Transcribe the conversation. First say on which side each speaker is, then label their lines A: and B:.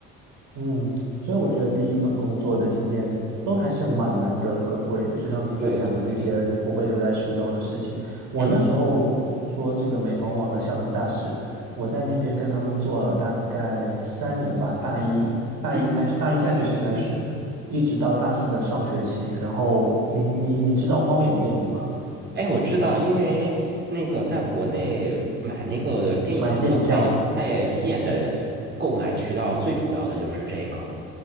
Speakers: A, on the right; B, on the right.
A: 嗯，所以我觉得第一份工作的经验都还是蛮难得可贵的。就像你分享的这些不会留在苏州的事情，
B: 对对对，
A: 我那时候说这个美团网的校园大使，
B: 嗯
A: 我在那边跟他们做了大概三年吧，大一大一开始，
B: 嗯
A: 大一下学期开始，
B: 嗯，
A: 一直到大四的上学期。然后你你你知道猫眼电影吗？
B: 哎，我知道，因为那个在国内买那个电影票在在线的购买渠道，
A: 买电影票。
B: 最主要的就是这个。